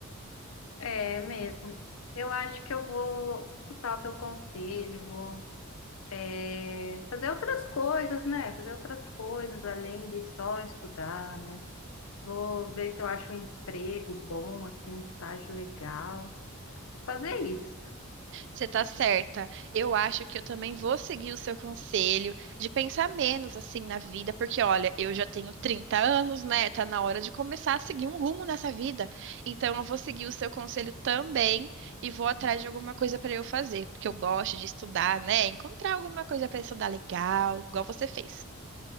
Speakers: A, on the left; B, on the right.
A: É mesmo. Eu acho que eu vou escutar o teu conselho, vou É, fazer outras coisas, né? Fazer outras coisas além de só estudar, né? Vou ver se eu acho um emprego bom, assim, um estágio legal. Fazer isso.
B: Você tá certa. Eu acho que eu também vou seguir o seu conselho de pensar menos assim na vida, porque olha, eu já tenho 30 anos, né? Tá na hora de começar a seguir um rumo nessa vida. Então eu vou seguir o seu conselho também e vou atrás de alguma coisa pra eu fazer, porque eu gosto de estudar, né? Encontrar alguma coisa pra estudar legal, igual você fez.